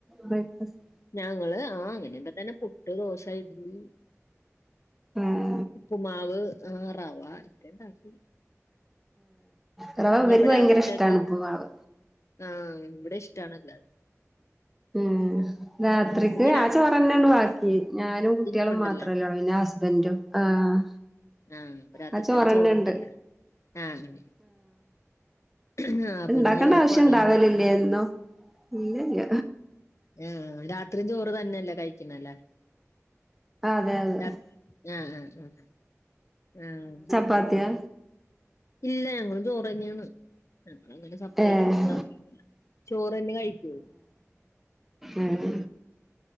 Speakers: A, in the centre; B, on the left.
A: ബ്രേക്ക്ഫാസ്റ്റ്
B: ഞങ്ങള് ആഹ് അങ്ങനെയ്പ തന്നെ പുട്ട് ദോശ ഇട്ടിലി
A: ആഹ്
B: ഉപ്പുമാവ് ആ റാവ ഇക്കെണ്ടാക്കും
A: ആ റവവർക്ക്
B: ഇനിപ്പ
A: ഭയങ്കര
B: രാത്രിത്തേക്ക
A: ഇഷ്ടാണ് ഉപുമാവ്
B: ആഹ് ഇവിടെം ഇഷ്ടാണെല്ലാർക്കും
A: ഉം രാത്രിക്ക്
B: അപ്പൊ ഇനി രാ
A: ആ ചോറ് തന്നെ ബാക്കി ഞാനും കുട്ടികളും
B: ഇരിപ്പുണ്ടല്ലോ
A: മാത്രല്ല പിന്നെ ഹസ്ബൻറും ആഹ്
B: ആഹ് രാത്രിത്തേക്ക്
A: ആ ചോറന്നെണ്ട്
B: ചോറ്ണ്ടല്ലോ ആഹ് ആഹ് അപ്പൊ
A: ഇണ്ടാക്കേണ്ട
B: ഇനി വേറെ
A: ആവശ്യം
B: പണിയൊന്നുല്ല
A: ഇണ്ടാവലില്ലേ എന്നും ഇല്ലല്ല
B: ആഹ് രാത്രി ചോറ് തന്നെയല്ലേ കഴിക്കുന്ന എല്ലാരും
A: അതെ അതെ
B: ആഹ് ആഹ് ആഹ്
A: പാത്തിയാ
B: ഇല്ല ഞങ്ങളും ചോറ് തന്നെയാണ് ഞമ്മള് അങ്ങനെ സപ്പറേറ്റ്
A: ഏഹ്
B: ഒന്നും ഉണ്ടാകില്ല ചോറ് തന്നെ കഴിക്കുള്ളൂ
A: എഹ്